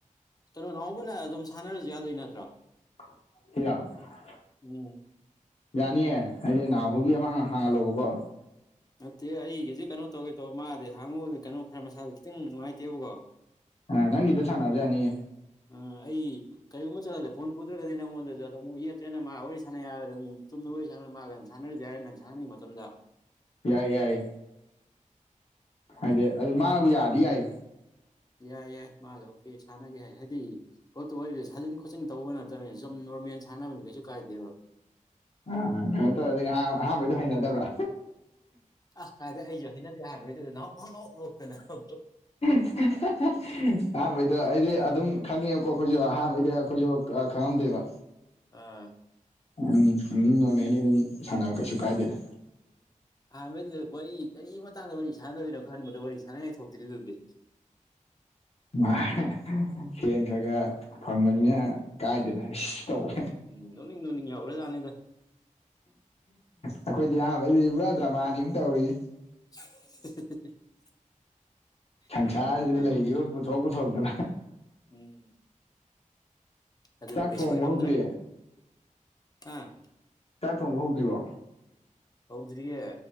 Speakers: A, on the left; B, on the left.
A: ꯀꯩꯅꯣ ꯅꯥꯎꯕꯅ ꯑꯗꯨꯝ ꯁꯥꯟꯅꯔꯁꯨ ꯌꯥꯗꯣꯏ ꯅꯠꯇ꯭ꯔꯣ
B: <unintelligible>
A: ꯎꯝ
B: ꯌꯥꯅꯤꯌꯦ ꯍꯥꯏꯗꯤ ꯅꯥꯎꯕꯒꯤ ꯑꯃ ꯍꯥꯡꯍꯜꯂꯣꯕꯀꯣ
A: ꯅꯠꯇꯦ ꯑꯩꯒꯤꯁꯤ ꯀꯩꯅꯣ ꯇꯧꯒꯦ ꯇꯧꯕ ꯃꯥꯗꯤꯦ ꯍꯥꯡꯉꯨꯗ ꯀꯩꯅꯣ ꯈꯔ ꯃꯁꯥꯗ ꯈꯤꯇꯪ ꯅꯨꯡꯉꯥꯏꯇꯦꯕꯀꯣ
B: ꯑ ꯅꯪꯒꯤꯗꯨ ꯁꯥꯟꯅꯔꯁꯨ ꯌꯥꯅꯤꯌꯦ
A: ꯑ ꯑꯩ ꯀꯔꯤꯒꯨꯝꯕ ꯆꯠꯂꯗ ꯐꯣꯟ ꯄꯨꯗ꯭ꯔꯒꯗꯤ ꯅꯉꯣꯟꯗꯁꯨ ꯑꯗꯨꯝ ꯑꯃꯨꯛ ꯌꯦꯛꯇ꯭ꯔꯦꯅ ꯃꯥ ꯋꯥꯔꯤ ꯁꯥꯅ ꯌꯥꯔꯒ ꯑꯗꯨꯝ ꯆꯨꯝꯅ ꯋꯥꯔꯤ ꯁꯥꯅꯔ ꯃꯥ ꯁꯥꯟꯅꯔꯁꯨ ꯌꯥꯔꯦ ꯅꯪ ꯁꯥꯟꯅꯤꯡꯕ ꯃꯇꯝꯗ
B: ꯌꯥꯏ ꯌꯥꯏ ꯍꯥꯏꯗꯤ ꯑꯗꯨ ꯃꯥꯅꯕꯨ ꯌꯥꯔꯗꯤ ꯌꯥꯏ
A: ꯌꯥꯏ ꯌꯥꯏ ꯃꯥꯗꯣ ꯑꯣꯀꯦ ꯁꯥꯟꯅꯒꯦ ꯍꯥꯏ ꯍꯥꯏꯗꯤ ꯄꯣꯠꯇꯣ ꯑꯣꯏꯔꯗꯤ ꯁꯥꯖꯤꯟ ꯈꯣꯠꯆꯤꯟ ꯇꯧꯕ ꯅꯠꯇꯕꯅꯤꯅ ꯁꯨꯝ ꯌꯥꯝ ꯅꯣꯔꯃꯦꯜ ꯁꯥꯟꯅꯕꯅꯤ ꯀꯩꯁꯨ ꯀꯥꯏꯗꯦꯕ
B: ꯑ ꯀꯩꯅꯣ ꯇꯧꯔꯗꯤ ꯉꯍꯥꯟ ꯑꯍꯥꯟꯕꯩꯗꯣ ꯍꯩꯅꯗꯕ꯭ꯔꯥ
A: ꯑ ꯍꯥꯏꯗꯤ ꯑꯩꯁꯨ ꯍꯩꯅꯗꯦ ꯑꯍꯥꯟꯕꯩ ꯗꯨꯗꯤ ꯅꯣꯛꯄꯗ ꯄꯥꯡ ꯅꯣꯛ ꯅꯣꯛꯇꯅ ꯀꯣ
B: ꯑꯍꯥꯟꯕꯩꯗꯣ ꯑꯩꯗꯤ ꯑꯗꯨꯝ ꯈꯪꯉꯦꯕꯀꯣ ꯑꯩꯈꯣꯏꯁꯨ ꯑꯍꯥꯟꯕꯩꯗ ꯑꯩꯈꯣꯏꯁꯨ ꯈꯪꯉꯝꯗꯦꯕ
A: ꯑꯥ
B: ꯎꯝ ꯎꯝ ꯅꯣꯔꯃꯦꯜꯗꯤ ꯑꯗꯨꯝ ꯁꯥꯅꯕ ꯀꯩꯁꯨ ꯀꯥꯏꯗꯦꯗ
A: ꯑꯍꯥꯟꯕꯩꯗꯨꯗ ꯋꯥꯔꯤ ꯀꯔꯤ ꯃꯇꯥꯡꯗ ꯋꯥꯔꯤ ꯁꯥꯟꯅꯗꯣꯏꯅꯣ ꯈꯟꯕꯗ ꯋꯥꯔꯤ ꯁꯥꯟꯅꯉꯥꯏ ꯊꯣꯛꯇ꯭ꯔꯤ ꯗꯨꯗꯤ
B: ꯑꯥ ꯁꯦꯟ ꯈꯔ ꯈꯔ ꯐꯪꯕꯅꯤꯅ ꯀꯥꯏꯗꯦꯗ ꯇꯧꯕ
A: ꯎꯝ ꯅꯣꯛꯅꯤꯡ ꯅꯣꯛꯅꯤꯡꯕ ꯌꯥꯎ ꯒꯔꯖꯥꯠꯅꯤꯗ
B: ꯑꯩꯈꯣꯏꯗꯤ ꯑꯍꯥꯟꯕꯩꯗꯤ ꯄꯨꯔꯥ ꯗ꯭ꯔꯃꯥꯅꯤꯃꯨ ꯇꯧꯔꯤꯁꯦ
A: <unintelligible>
B: ꯁꯪꯁꯥꯔꯁꯤꯗ
A: ꯎꯝ ꯑꯗꯨꯅꯦ ꯍꯥꯏꯁꯦ
B: ꯂꯩꯔꯤꯕ ꯄꯨꯊꯣꯛ ꯄꯨꯊꯣꯛꯇꯅ
A: ꯎꯝ ꯑꯗꯨꯕꯨ
B: ꯆꯥꯛ
A: ꯀꯩꯁꯨ
B: ꯊꯣꯡꯕ
A: ꯑꯣꯏꯔꯝꯗ꯭ꯔꯦ
B: ꯍꯧꯗ꯭ꯔꯤ
A: ꯑꯥ
B: ꯆꯥꯛ ꯊꯣꯡꯕ ꯍꯧꯗ꯭ꯔꯤꯕꯣ
A: ꯍꯧꯗ꯭꯭ꯔꯤꯌꯦ